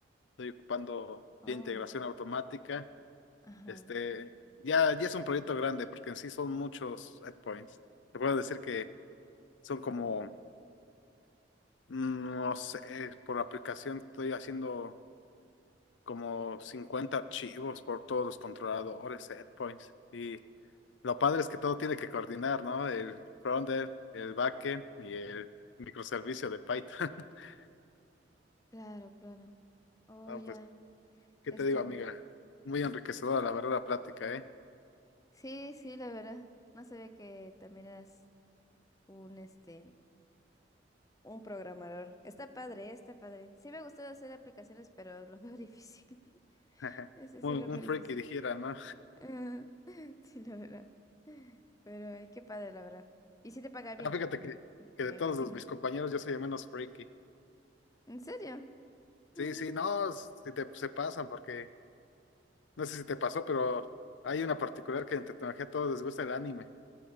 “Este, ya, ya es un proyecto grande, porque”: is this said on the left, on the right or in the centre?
Left